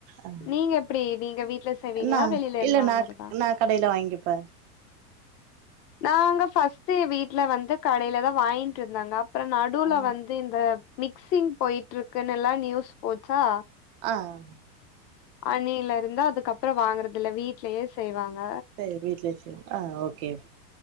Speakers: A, on the right (about 40°); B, on the left (about 85°).
A: அ
B: நீங்க எப்டீ நீங்க வீட்ல செய்வீங்களா
A: நா
B: வெளியில இருந்து
A: இல்ல
B: வாங்கறதா
A: நா நா கடையில வாங்கிப்பே
B: நாங்க ஃபஸ்ட்டு வீட்ல வந்து கடையிலதா வாய்ன்ட்ருந்தாங்க அப் ப்றொ நடுல
A: ஆ
B: வந்து இந்த மிக்சிங் பொய்ட்ருக்குனுலா நியூஸ் போச்சா
A: ஆஹ்
B: அன்னையிலருந்து அதுக்கப்றொ வாங்கறதில்ல வீட்லயே செய்வாங்க
A: சேர் வீட்லயே செய் ஆ ஓகே